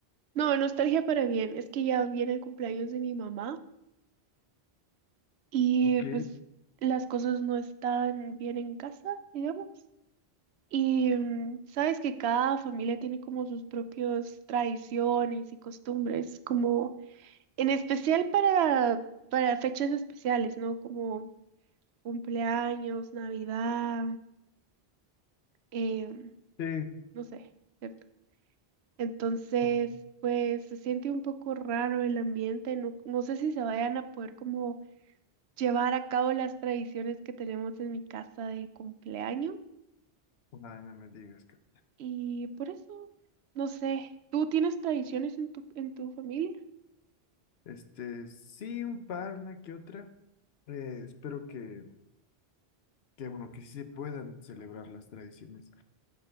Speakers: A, on the right; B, on the left.
A: No, nostalgia para bien, es que ya viene el cumpleaños de mi mamá y
B: Ok.
A: pues las cosas no están bien en casa, digamos. Y mm, sabes que cada familia tiene como sus propias tradiciones y costumbres, como... En especial para, para fechas especiales, ¿no? Como cumpleaños, Navidad, em,
B: Sí.
A: no sé, ¿cierto? Entonces,
B: No,
A: pues se siente un poco raro el ambiente, no, no sé si se vayan a poder como llevar a cabo las tradiciones que tenemos en mi casa de cumpleaños
B: ay, no me digas, Kat.
A: y por eso, no sé, ¿tú tienes tradiciones en tu, en tu familia?
B: Este, sí, un par, una que otra. Eh, espero que, que, bueno, que sí se puedan celebrar las tradiciones